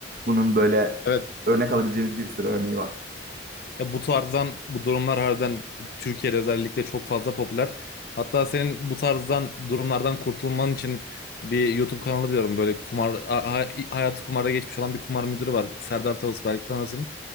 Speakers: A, on the right (about 50°); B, on the left (about 50°).
A: Bunun böyle
B: Evet.
A: örnek alabileceğimiz bir sürü örneği var.
B: Ya bu tarzdan bu durumlar harbiden Türkiye'de özellikle çok fazla popüler. Hatta senin bu tarzdan durumlardan kurtulman için bir YouTube kanalı biliyorum. Böyle kumar a- ha- hayatı kumarda geçmiş olan bir kumar müdürü var. Serdar Talus belki tanırsın.